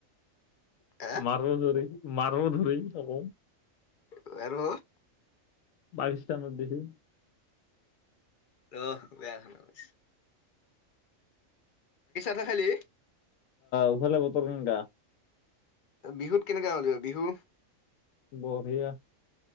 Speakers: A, on the left (about 55°); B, on the left (about 80°).
A: হা
B: মাৰোজৰি মাৰো ধৰি যবওঁ।
A: বাৰ
B: বাৰিছাংত দিবি।
A: ৰ' বেয়া খন বৈছ। তাহ খালি
B: অফালে বৰষুণ বেয়া।
A: বিহুত কেনেকা হ'ল বিহু?
B: বঢ়িয়া।